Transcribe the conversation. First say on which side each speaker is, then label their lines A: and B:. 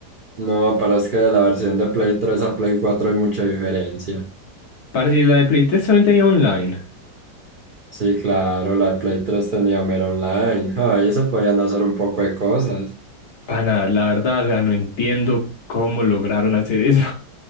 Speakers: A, on the right; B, on the left.
A: No, pero es que de la versión de Play tres a Play cuatro hay mucha diferencia.
B: Parce, y la de Play 3 también tenía online.
A: Sí, claro, la de Play tres tenía mero online, ahí se podían hacer un poco de cosas.
B: Pana, la verdad, o sea, no entiendo cómo lograron hacer eso.